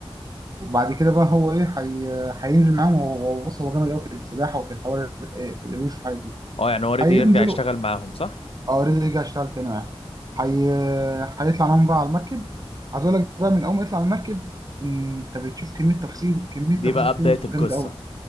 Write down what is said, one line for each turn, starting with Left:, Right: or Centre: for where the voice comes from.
Right: وبعد كده بقى هو ايه هي... هينزل معاهم هو هو- بص هو جامد قوي في السباحه وفي الحوار إيه، في القروش والحاجات دي
Left: اه يعني هو اوريدي
Right: هينزلوا
Left: يرجع يشتغل معاهم صح
Right: اه اوريدي رجع اشتغل تاني معاهم حي... هيطلع معاهم بقى على المركب عايز اقول لك بقى من اول ما يطلع على المركب انت بتشوف كميه تفاصيل كميه
Left: دي
Right: تفاصيل
Left: بقى
Right: فين
Left: بداية القصة
Right: جامده قوي